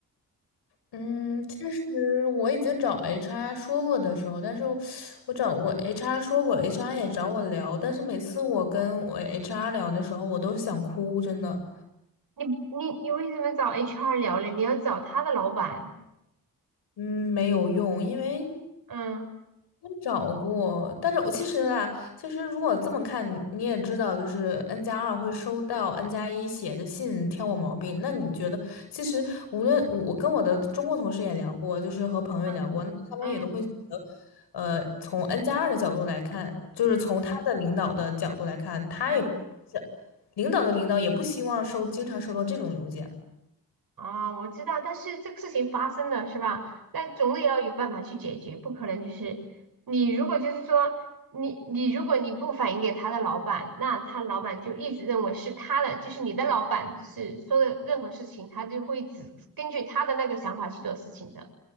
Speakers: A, on the left; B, on the right.
A: 嗯，其实我已经找 HR 说过的时候，但是我我找过 HR 说过，HR 也找我聊，但是每次我跟我 HR 聊的时候，我都想哭，真的，
B: 你你你为什么找 HR 聊呢？你要找他的老板。
A: 嗯，没有用，因为
B: 嗯
A: 我找过，但是我其实啊，其实如果这么看，你你也知道，就是 N 加二会收到 N 加一写的信挑我毛病。那你觉得，其实无论我我跟我的中国同事也聊过，就是和朋友也聊过，
B: 嗯
A: 那他们也都会觉得，
B: 嗯
A: 呃，从 N 加二的角度来看，就是从他的领导的角度来看，
B: 嗯
A: 他也不是
B: 嗯。
A: 领导的领导也不希望收经常收到这种邮件。
B: 哦，我知道，但是这个事情发生了是吧？那总得要有办法去解决，不可能就是你如果就是说你你如果你不反映给他的老板，那他老板就一直认为是他的，就是你的老板是说的任何事情，他就会只根据他的那个想法去做事情的，